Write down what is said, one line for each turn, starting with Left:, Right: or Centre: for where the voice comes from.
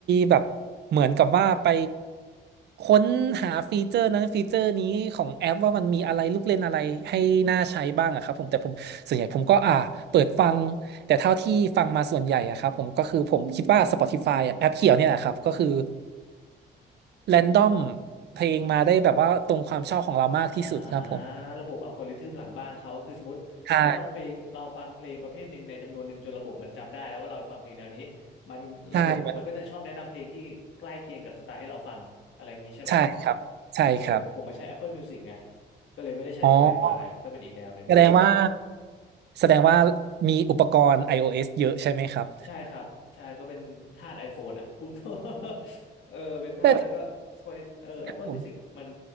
Right: แบบเหมือนกับว่าไปค้นหาฟีเจอร์นั้นฟีเจอร์นี้ของแอปว่ามันมีอะไรลูกเล่นอะไรให้น่าใช้บ้างอะครับผมแต่ผมส่วนใหญ่ผมก็อ่าเปิดฟังแต่เท่าที่ฟังมาส่วนใหญ่อะครับผมก็คือผมคิดว่า Spotify อะแอปเขียวเนี่ยแหละครับก็คือแรนดอมเพลงมาได้แบบว่าตรงความชอบของเรามากที่สุดครับผม
Left: อ่าระบบอัลกอริทึมหลังบ้านเขาคือสมมติถ้าเราเพลงเราฟังเพลงประเภทหนึ่งในจำนวนหนึ่งจนระบบมันจำได้แล้วว่าเราฟังเพลงแนวนี้
Right: ใช่
Left: มันระบบมันก็จะชอบแนะนำเพลงที่ใกล้เคียงกับสไตล์ให้เราฟังอะไรอย่างนี้ใช่ไหม
Right: ใช่มันใช่ครับใช่ครับ
Left: เออผมมาใช้ Apple Music ไงก็เลยไม่ได้ใช้
Right: อ๋อ
Left: Spotify ก็เป็นอีกแนวหนึ่งผม
Right: แสดงว่าแสดงว่ามีอุปกรณ์ iOS เยอะใช่ไหมครับ
Left: ใช่ครับใช่ก็เป็นทาส iPhone อ่ะ <laughs> พูดตรง <laughs> เออเป็นทาสแล้วก็
Right: <laughs> แต่
Left: Spotify เออ
Right: ผม
Left: Apple Music มัน